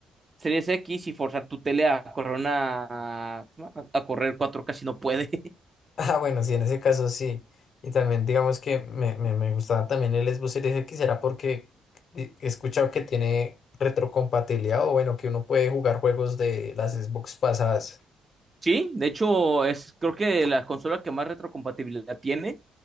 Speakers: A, on the right; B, on the left.
A: Series X y forzar tu tele a correr una, a, a correr cuatro k si no puede. <laughs>
B: Ah, bueno, sí, en ese caso sí. Y también digamos que me, me, me gustaba también el Xbox Series X, era porque he escuchado que tiene retrocompatibilidad o bueno, que uno puede jugar juegos de las Xbox pasadas.
A: Sí, de hecho es creo que la consola que más retrocompatibilidad tiene